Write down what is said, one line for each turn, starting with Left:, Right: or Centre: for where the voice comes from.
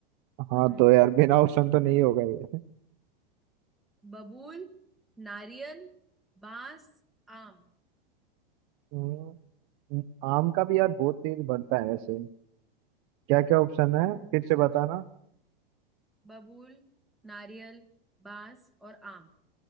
Right: हाँ
Centre: हम्म,
Right: तो यार बिना ऑप्शन तो नहीं होगा ये <laughs>
Centre: बबूल नारियल बांस आम
Right: हम्म, आम का भी यार बहुत तेज बढ़ता है वैसे क्या क्या ऑप्शन है
Centre: हम्म
Right: फिर से
Centre: सोचो
Right: बताना
Centre: बबूल नारियल बांस और आम